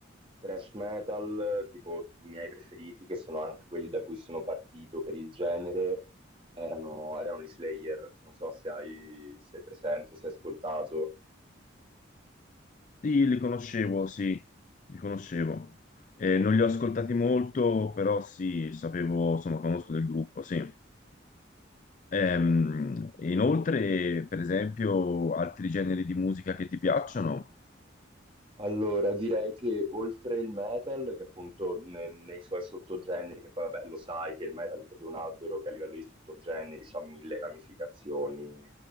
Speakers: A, on the right (about 25°); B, on the left (about 40°).
A: thrash metal, eh, tipo i miei preferiti, che sono anche quelli da cui sono partito per il genere, erano, erano gli Slayer. Non so se hai, se hai presente, se hai ascoltato.
B: Sì, li conoscevo, sì, li conoscevo. Eh, non li ho ascoltati molto, però sì, sapevo, insomma, conosco del gruppo, sì. Ehm, inoltre, per esempio, altri generi di musica che ti piacciono?
A: Allora, direi che oltre il metal, che appunto ne- nei suoi sottogeneri, che poi vabbè lo sai che il metal è proprio un albero che a livello di sottogeneri ha mille ramificazioni,